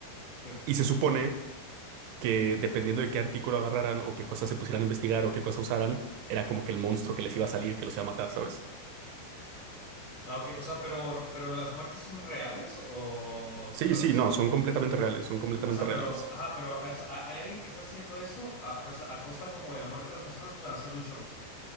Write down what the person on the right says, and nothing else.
Y se supone que dependiendo de qué artículo agarraran o qué cosas se pusieran a investigar o qué cosas usaran, era como que el monstruo que les iba a salir, que los iba a matar, ¿sabes?
Sí, sí,
no,
son completamente reales, son completamente
reales.